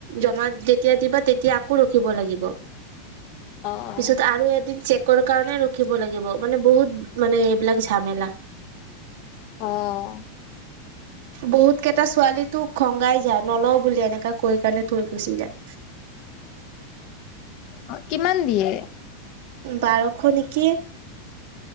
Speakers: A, on the right; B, on the left.
A: জমা তেতিয়া দিবা তেতিয়া আকৌ ৰখিব লাগি
B: অ', অ',
A: পিছত আৰু এদিন চেক কাৰণে ৰখিব লাগিব মানে বহুত মানে এইবিলাক ঝামেলা।
B: অ'।
A: বহুত কেইটা ছোৱালী তো খঙাই যায়। নলও বুলি এনেকা কৈ কাৰণে থৈ গুচি যায়।
B: অ' কিমান দিয়ে?
A: বাৰশ নেকি?